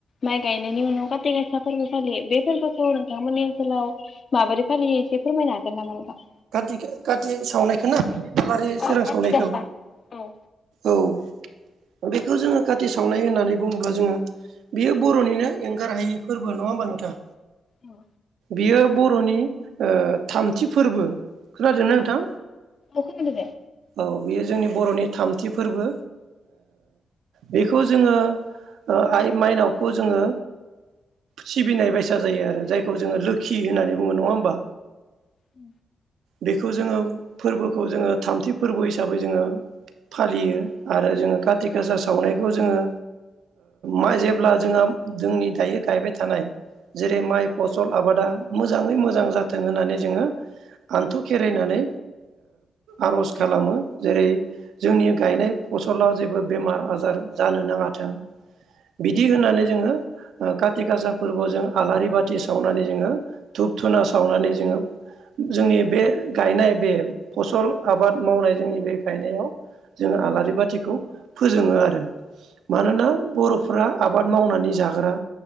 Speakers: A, on the left; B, on the right.
A: माइ गायनायनि उनाव खााथि गासा फोरबो फालियो बे फोरबोखौ नोंथांमोननि ओनसोलाव माबोरै फालियो? एसे फोरमायनोागोन नामा नोंथां?
B: खाथि सावनायखौनो दालारि सोरां
A: औ काति
B: सावनायखौ
A: गासा औ
B: औ बेखौ जोङो खाथि सावनाय होननानै बुङोब्ला जोङो। बेयो बर'निनो एंगार हायि फोरबो नङा होमबा नोंथां?
A: औ
B: बियो बर'नि थामथि फोरबो खोनादोंना नोंथां?
A: अखोनाबायदा
B: औ बेयो जोंनि बर'नि थामथि फोरबो बेखौ जोङो आइ माइनावखौ जोङो सिबिनाय बाइसा जायो आरो जायखौ जोङो लोखि होननानै बुङो नङा होमबा।
A: उ
B: बेखौ जोङो फोरबोखौ जोङो थामथि फोरबो हिसाबै जोङो फालियो आरो जोङो कारति खाासा सावनायखौ जोङो माइ जेब्ला जोंहा जोंनि दायो गायबाय थानाय जेरै माइ फसल आबादा मोजाङै मोजां जाथों होननानै जोङो आान्थु खेरायनानै आर'ज खालामो जेरै जोंनि गायनाय फसलाव जेबो बेमार आजार जानो नाङाथों बिदि होननानै जोङो कातिक आसा फोरबोआवजोंआलारि बाथि सावनानै जोङो धपधुना सावनानै जोङो
A: <inaudible>
B: जोंनि बे गायनाय बे फसल आबाद मावनाय जोंनि बे गायनायाव जोंङ आलारि बाथिखौ फोजोङो आरो मानोना बर' फोरा आबाद मावनानै जाग्रा